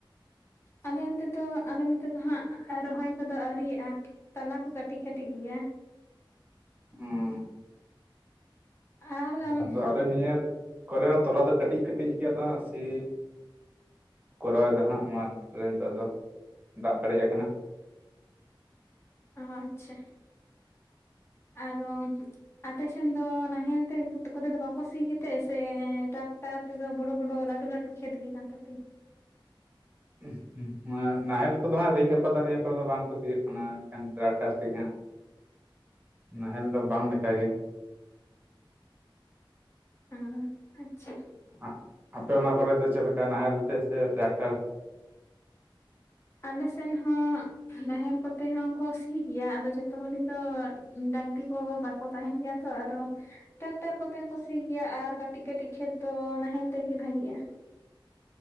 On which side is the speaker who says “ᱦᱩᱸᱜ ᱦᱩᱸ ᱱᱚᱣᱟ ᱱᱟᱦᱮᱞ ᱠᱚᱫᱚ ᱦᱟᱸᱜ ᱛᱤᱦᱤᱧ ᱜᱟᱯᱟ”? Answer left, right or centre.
Right